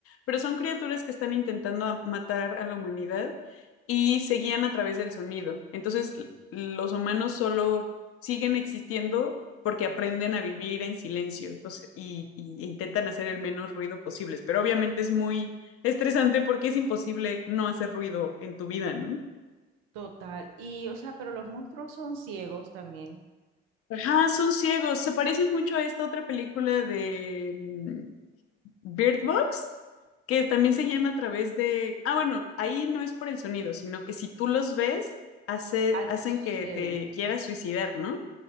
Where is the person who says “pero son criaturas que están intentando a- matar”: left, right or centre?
Left